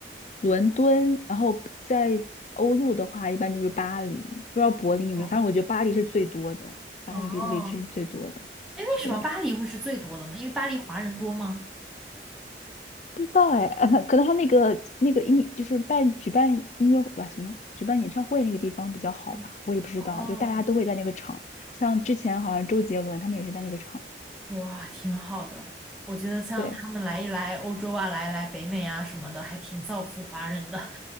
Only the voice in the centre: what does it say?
哦，
哦，哎，为什么巴黎会是最多的呢？
因为巴黎华人多吗？
嗯哦，
哇，挺好的。我觉得像他们来一来欧洲啊，
来一来北美啊什么的，还挺造福华人的。